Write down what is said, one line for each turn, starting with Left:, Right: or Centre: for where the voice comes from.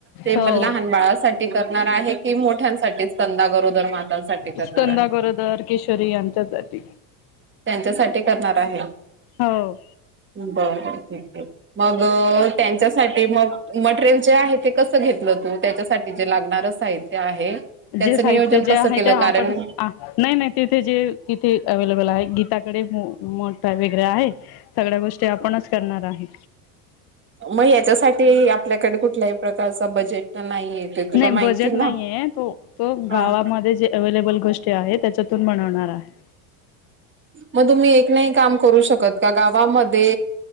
Right: ते म
Left: हो
Right: लहान बाळासाठी करणार आहे की मोठ्यांसाठी स्कंद गरोदर मातांसाठी करणार
Left: स्कंदा
Right: आहे
Left: गरोदर किशोरी यांच्यासाठी
Right: त्यानं करणार आहे
Left: हो
Right: बर ठीक मग त्यांच्यासाठी ते म मटेरियल जे आहे ते कसं घेतलं तू त्याच्यासाठी जे लागणार साहित्य आहे त्याचं
Left: जे साहित्य
Right: नियोजन
Left: जे
Right: कसं
Left: आहे
Right: केलं
Left: ते आपण
Right: कारण
Left: नाही नाही तिथे जे तिथे अवे्लेबल आहे गीता कडे मोठ वगरे आहे सगळ्या गोष्टी आपणच करणार आहे
Right: मग याच्यासाठी आपल्याकडे कुठल्याही प्रकारच बजेट नाहीय आहे ते तुला
Left: नाही
Right: माहिती
Left: बजेट नाहीये
Right: ना
Left: तो तो
Right: हा
Left: गावामध्ये जे अवेलेबल गोष्टी आहे त्या चतून बनवणार आहे
Right: मग तुम्ही एक नाही काम करू शकत गावामध्ये